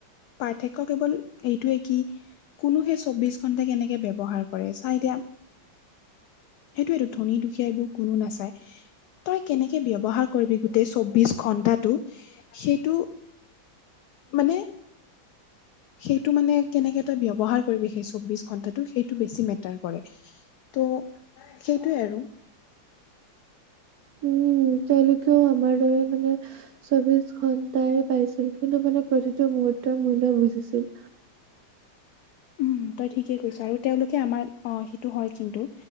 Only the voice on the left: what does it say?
পাৰ্থক্য কেৱল এইটোয়ে কি কোনো সে চৌবিশ ঘণ্টা কেনেকে ব্যৱহাৰ কৰে চা এতিয়া সেইটোৱো ধনী দুখীয়া এইবোৰ কোনো নাচায়। তই কেনেকে ব্যৱহাৰ কৰিবি গোটেই চৌবিশ ঘন্টাটো সেইটো মানে সেইটো মানে কেনেকে তই ব্যয়ৱহাৰ কৰিবি সেই চৌবিশ ঘন্টাটো সেইটো বেছি মেটাৰ কৰে। ত' সেইটোৱে আৰু।
উম, তই ঠিকেই কৈছ আৰু তেওঁলোকে আমাৰ অ' সেইটো হয় কিন্তু।